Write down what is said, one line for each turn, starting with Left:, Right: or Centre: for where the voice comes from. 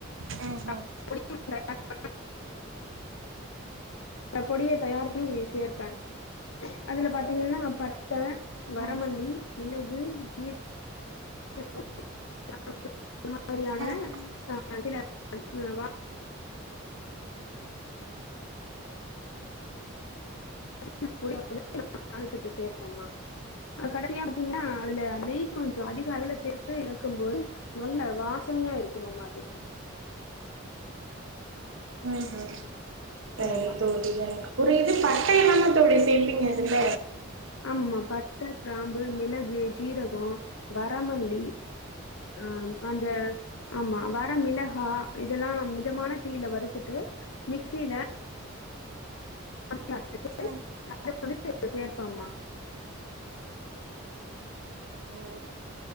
Right: ம்
Left: <inaudible>
Right: ம்
Left: த பொடிய தயார் ணி சேர்ப்பே அதுல பாத் தீங்கன்னா பட்ட
Right: ம்
Left: வரமல்லி மிளகு ஜீ ரகொ <inaudible> அது மாதிரியான
Right: ம் ம்
Left: ஆ சில வா <inaudible> காரத்துக்கு சேர்ப்பம்மா கடைசியா பாத்தீங்கன்னா அதுல நெய் கொஞ்ச அதிக அளவுல சேர்த்து இறக்கும் போது நல்ல வாசனையா இருக்குமம்மா அது
Right: ம்ஹும் <unintelligible>
Left: ஆமா
Right: தோழி இது பட்டையெல்லாமா தோழி சேப்பீங்க அதுல
Left: ஆமா பட்ட கிராம்பு மிளகு ஜீரகொ வரமல்லி ஆ அந்த ஆமா வர மிளகா இதெல்லா மிதமான தீயில வறுத்துட்டு மிக்சில <inaudible>
Right: ம்
Left: சேர்ப்பம்மா
Right: ஓ